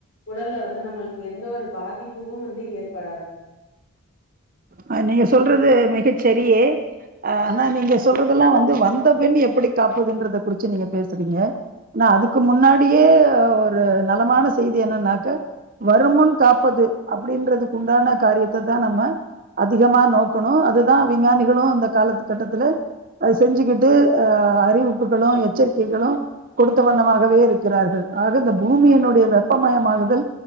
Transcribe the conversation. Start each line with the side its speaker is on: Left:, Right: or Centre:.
Left: உடல்ல வந்து நம்மளுக்கு எந்த ஒரு பாதிப்புக்கும் வந்து ஏற்படாது
Right: அ நீங்க சொல்றது மிகச்சரியே அ ஆனா நீங்க சொல்றதெல்லா வந்து வந்த பின் எப்டி காப்பதுன்றத குறிச்சு நீங்க பேசுறீங்க ஆனா அதுக்கு முன்னாடியே ஒரு நலமான செய்தி என்னன்னாக்க வருமுன் காப்பது அப்டின்றதுக்கு உண்டான காரியத்த தா நம்ம அதிகமா நோக்கணு அதுதா விஞ்ஞானிகளு இந்த காலத்து கட்டத்துல செஞ்சுக்கிட்டு அ அறிவிப்புகளு எச்சரிக்கைகளு கொடுத்த வண்ணமாகவே இருக்குறார்கள் ஆக இந்த பூமியினுடைய வெப்பமயமாகுதல்